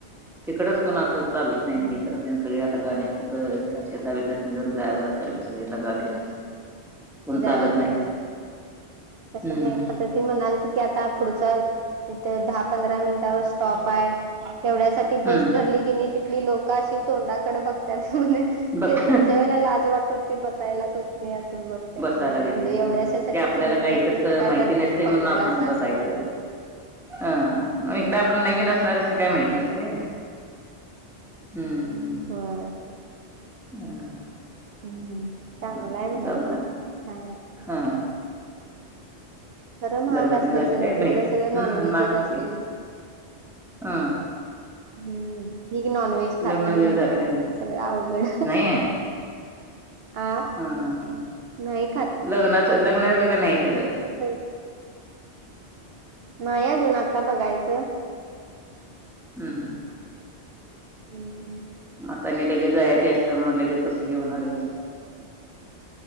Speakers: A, in the centre; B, on the right.
A: तिकडच कोण असं चालत नाही
B: हम्म.
A: हे करत नाही सगळे आता आ गाड्या कुठं ह्याला शेता बीतासनी जर जायाच झालं तरी बी सगळी आता गाडीनच. कोण
B: जायाच
A: चालत नाही
B: होय तस
A: हम्म
B: नाही आता ती म्हणालती की आता, पुढचा इथ दहा पंधरा मिनिटावर स्टॉप आहे तेवढ्यासाठी ती बस
A: हम्म
B: धरली कि नयी तिथली लोकं अशी तोंडाकड बघत्यात
A: बघ
B: ते पुढच्या वेळेला लाज वाटून ते बसायलाच होत नाही आस बघ त्यात
A: बसायला
B: म्हणजे
A: येत नाही
B: एवढ्याशासाठी
A: हा ते आपल्याला
B: तुम्ही
A: काय
B: बस
A: इकडचं
B: कस काय
A: माहिती
B: धर
A: नसते
B: पकडलासा
A: म्हणून आपण बसायचं
B: अस <inaudible>
A: हा, मग इकड आपण नवीन असणाऱ्यांसनी काय माहित नसतय. हम्म,
B: होय
A: हा
B: हम्म, चांगल
A: मग
B: हाय म्हणालती
A: जाऊन आले
B: छान हाय
A: हा
B: खरं महाग
A: लग्न
B: असतय
A: तेन झालं
B: सगळं,
A: काय
B: तिकड
A: बाई
B: सगळं नॉनव्हेजच
A: हम्म मागच
B: असतय
A: की
B: नयी
A: हा
B: हम्म, मी नॉनव्हेज खात
A: लग्न
B: नाही
A: वगैरे झालं का
B: सगळं अवघड
A: नाही
B: आ,
A: हा
B: नाही खात
A: लग्नाचं लग्न वगैरे काय नाही तीच?
B: नंतरून नाही अजून आता बघायच.
A: हम्म हं
B: हम्म
A: आता आणि लगेच जायाची असल्यामुळे लगेच कसं हे होणार यांच.